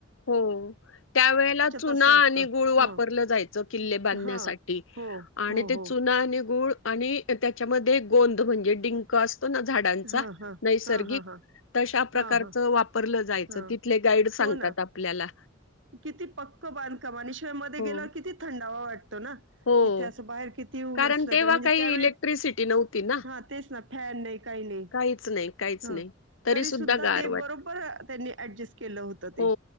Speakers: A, on the left; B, on the right.
A: हो, त्यावेेळेला चुना
B: तसं असतं
A: आणि गुळ वापरलं
B: हं
A: जायचं, किल्ले बांधण्यासाठी
B: हां हो
A: आणि
B: हो हो
A: ते चुना आणि गुळ आणि ए त्याच्यामध्ये गोंद म्हणजे डिंक अस तोना झाडांचा
B: हां हां
A: नैसर्गिक
B: हां हां हां
A: तशा
B: हां
A: प्रकारच
B: हां
A: वापरलं जायचं
B: हां
A: तिथले गाईड
B: हो
A: सांगतात
B: ना
A: आप कला
B: किती पक्क बांधकाम आणि शिवाय मध्ये
A: हो,
B: गेल्यावर किती थंडावा वाट त ना
A: हो.
B: तिथे असं बाहेर कितीही ऊन
A: कारण
B: असलं
A: तेव्हा
B: तर म्हणजे
A: काही
B: त्यावेळी
A: इलेक्ट्रिसिटी नव्हती ना,
B: हा तेच ना फॅन नाही काही नाही
A: काहीच नाही, काहीच
B: ह
A: नाही.
B: तरी सुद्धा
A: गार
B: ते
A: वाट
B: बरोबर अ त्यांनी ॲडजस्ट केलं होत ते
A: हो,